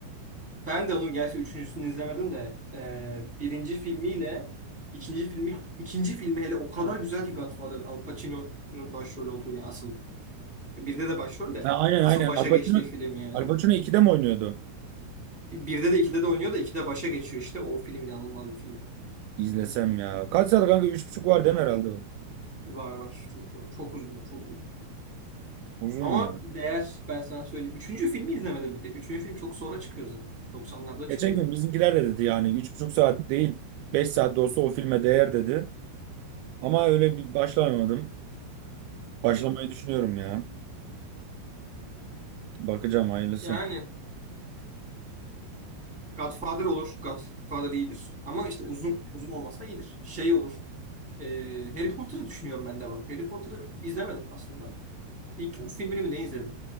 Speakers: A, in the centre; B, on the right (about 90°).
A: ben de onun gerçi üçüncüsünü izlemedim de e, birinci filmiyle ikinci filmi ikinci filmi hele o kadar güzel ki Godfather'ın Al Pacino'nun başrol olduğu yani asıl. E, Birde de başrol de
B: Ha, aynen
A: asıl
B: aynen.
A: başa
B: Al
A: geçtiği
B: Pacino,
A: film yani.
B: Al Pacino 2'de mi oynuyordu?
A: E, Birde de ikide de oynuyor da ikide başa geçiyor işte. O film inanılmaz bir film.
B: İzlesem ya. Kaç saat kanka? üç buçuk var değil mi herhalde? o?
A: Var var. Çok çok uzun. Çok uzun.
B: Uzun
A: Ama
B: ya.
A: değer ben sana söyleyeyim. Üçüncü filmi izlemedim bir tek. Üçüncü film çok sonra çıkıyor zaten. doksanlarda
B: Geçen
A: çıkıyor.
B: gün bizimkiler de dedi yani üç buçuk saat değil 5 saat de olsa o filme değer dedi. Ama öyle bir başlamadım.
A: Hmm.
B: Başlamayı düşünüyorum ya. Bakacağım hayırlısı.
A: Yani Godfather olur. Godfather iyidir. Ama işte uzun uzun olmasa iyidir. Şey olur. Ee, Harry Potter'ı düşünüyorum ben de bak. Harry Potter'ı izlemedim aslında. İlk üç filmini mi ne izledim?